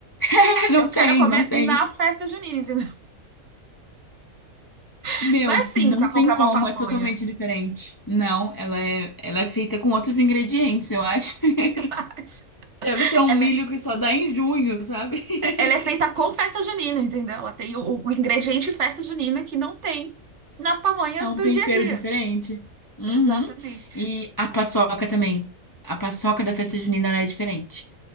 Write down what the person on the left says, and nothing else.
<laughs> não
tem,
não tem.
Meu,
não
tem como,
é totalmente diferente. Não, ela é, ela é feita com outros ingredientes, eu acho. <laughs>
Deve ser um
milho que só dá em junho, sabe?
<laughs>
É um
tempero
diferente. Uhum.
E a paçoca também. A paçoca da festa junina, ela é diferente.